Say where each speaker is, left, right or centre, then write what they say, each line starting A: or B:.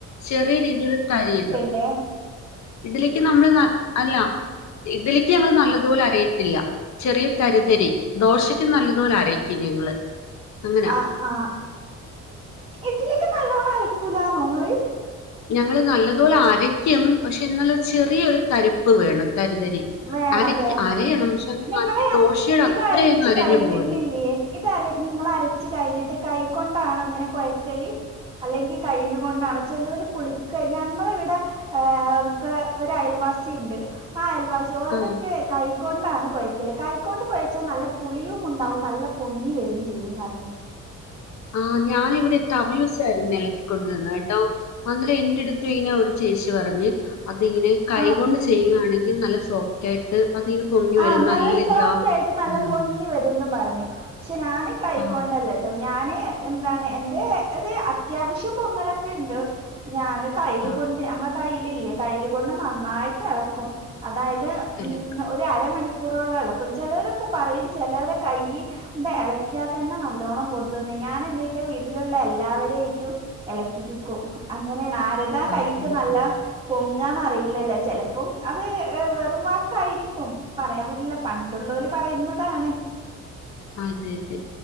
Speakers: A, on the left; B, on the right.
A: ചെറിയ രീതിയില് തരിയിടും
B: ഡേ
A: ഇഡ്ഡലിയ്ക്ക് നമ്മള് അല്ല ഇഡ്ഡലിയ്ക്ക് ഞങ്ങള് നല്ലതുപോലെ അരയത്തില്ല ചെറിയ തരിതരി ദോശയ്ക്കും നല്ലതുപോലെ അരയ്ക്കും ഞങ്ങള് അങ്ങനെ
B: ആഹ് ആഹ് ഇഡ്ഡലിയ്ക്ക് നല്ലോണ്ണം അരക്കൂലാന്നോ ഇങ്ങള്
A: ഞങ്ങള് നല്ലതുപോലെ അരയ്ക്കും പക്ഷെ എന്നാലും ചെറിയൊരു തരിപ്പ് വേണം തരിതരി
B: വേണല്ലേ
A: അരയ്ക്ക് അരയണം പക്ഷെ അത്
B: നിങ്ങള്
A: നല്ല ദോശയുടെ അത്രയൊന്നും
B: ഇത് അരച്ച്
A: അരഞ്ഞു
B: കഴിഞ്ഞിട്ടില്ല്യേ
A: പോവില്ല
B: ഇത് അരഞ്ഞ് ഇങ്ങള് അരച്ച് കയിഞ്ഞിട്ട് കൈ കൊണ്ടാണോ ഇങ്ങനെ കൊയക്കല് അല്ലെങ്കി കയിലുകൊണ്ടാണോ ചെലോല് പുളിക്ക ഞങ്ങളിവിടെ ഏഹ് ക്കെ ഇവരെ അയൽവാസി ഇണ്ട് ആ അയൽവാസി അവരൊക്കെ
A: ആ
B: കൈക്കൊണ്ടാണ് കൊയക്കല് കൈകൊണ്ട് കൊഴച്ചാ നല്ല പുളിയും ഉണ്ടാവും നല്ല പൊങ്ങി വരും ചെയ്യുംന്നറിഞ്ഞു
A: ആഹ് ഞാനിവിടെ തവി വെച്ചാരുന്നെളക്കിക്കൊ ണ്ടാരുന്നേട്ടോ അന്നേരം എന്റെടുത്തു ഇങ്ങനെ ഒരു ചേച്ചി പറഞ്ഞ് അതിങ്ങനെ കൈ
B: ആഹ്
A: കൊണ്ട്
B: ഉം
A: ചെയ്യുവാണെങ്കി നല്ല സോഫ്റ്റായിട്ട് അതിങ്ങനെ പൊങ്ങി
B: ആഹ്
A: വരും
B: നല്ല സോഫ്റ്റായിട്ട്
A: ഇതാ
B: നല്ല
A: എന്ന്
B: പൊങ്ങി
A: പറഞ്ഞു
B: വരുംന്ന് പറഞ്ഞു പക്ഷെ ഞാന് കൈക്കൊണ്ടല്ല
A: ആ
B: ട്ടോ ഞാന് എന്താണ് എന്റെ ഇത് അത്യാവശ്യം പൊങ്ങലൊക്കെ ഇണ്ട് ഞാന് കയ്ല്
A: ആ
B: കൊണ്ട് നമ്മളെ കയ്യിലില്ലേ കൈല് കൊണ്ട് നന്നായിട്ട് എളക്കും അതായത് ഉം
A: ഇലക്ക്
B: ഒരു അരമണിക്കൂറോളം എളക്കും ചെലോരൊക്കെ പറയും ചെലോരെ കയ്യ് ഒന്ത എളക്കിയാത്തന്നെ നല്ലോണ്ണം പൊന്തുന്ന് ഞാന് എന്നിട്ട് വീട്ടിലുള്ള എല്ലാവരെയിറ്റു എളക്കിപ്പിക്കും അങ്ങനെയാണ് ആര താ കയ്ക്ക്
A: ആ ഉം,
B: നല്ല
A: ആ
B: പൊങ്ങാന്ന് അറിയില്ലല്ലോ ചെലപ്പം അത് ഏഹ് വെറും വാക്കായിരി ക്കും പറയാൻ പറ്റില്ല പണ്ടുള്ളോല് പറയുന്നതാണ്
A: ആതെതെ